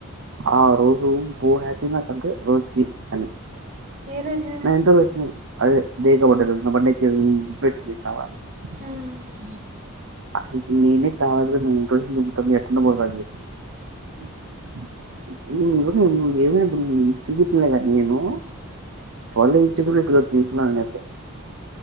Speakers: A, on the right (about 60°); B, on the right (about 35°).
A: ఆ రోజు పూ హ్యాపీన తనది రోజు అని
B: ఏ రోజు?
A: నైంత్కు వచ్చినవ్ అదే బే పోతాడు బండెక్కి <unintelligible>
B: హ్
A: అసలు నేనే కావ <unintelligible> <unintelligible> చికితులేగా నేను <unintelligible> తీసుకున్నా అయితే